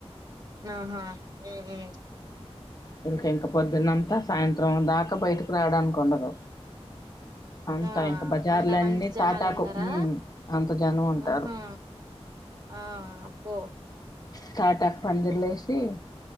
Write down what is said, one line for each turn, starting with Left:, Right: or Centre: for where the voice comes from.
Right: నాహా ఊహూ.
Left: యెళ్త ఇంక పొద్దున్నంత సాయంత్రం దాకా బయ్టికి రాడానికుండదు. అంత
Right: ఆ
Left: ఇంక బజార్లన్ని
Right: అంత అంత జనాలు
Left: తాటాకు
Right: ఉంటారా
Left: ఇ అంత జనముంటారు.
Right: ఆహా ఆ అప్పో.
Left: తాటాక్ పందిర్లేసి.